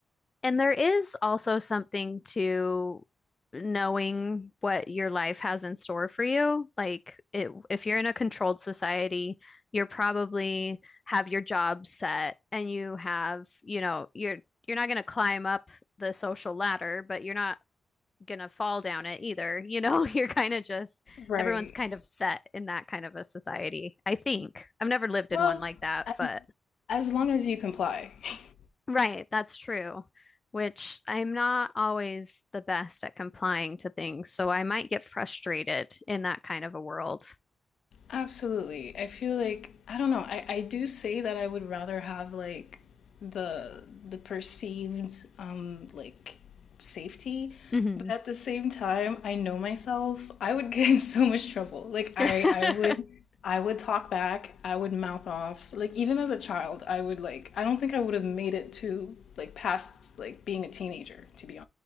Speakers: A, on the left; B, on the left.
A: And there is also something to knowing what your life has in store for you. Like it, if you're in a controlled society, you're probably have your job set and you have, you know, you're you're not going to climb up the social ladder, but you're not gonna fall down it either. You know, <laughs> you're kind of just
B: Right.
A: everyone's kind of set in that kind of a society. I think I've never lived
B: Well,
A: in one like that,
B: as
A: but
B: as long as you comply. <laughs>
A: right, that's true. Which I'm not always the best at complying to things, so I might get frustrated in that kind of a world.
B: Absolutely. I feel like I don't know. I, I do say that I would rather have like the the perceived um like safety,
A: hmm
B: but at the same time, I know myself. I would <laughs> get in so much trouble. Like I
A: <laughs>
B: I would I would talk back. I would mouth off. Like even as a child, I would like I don't think I would have made it to like past like being a teenager, to be